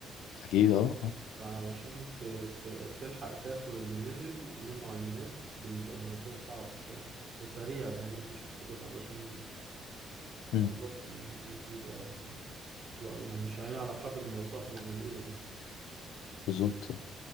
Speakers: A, on the left; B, on the right.
A: اكيد اه آه.
B: فعلشان ت- ت- تلحق تاخد اللي نزل منه عينات بيبقى الموضوع صعب شوية وسريع زي ما انت شفت كده علشان الموضوع
A: مم.
B: يعني بيبقى يعني مش عينين على قدم الوثاق زي ما بيقولوا كده
A: بالظبط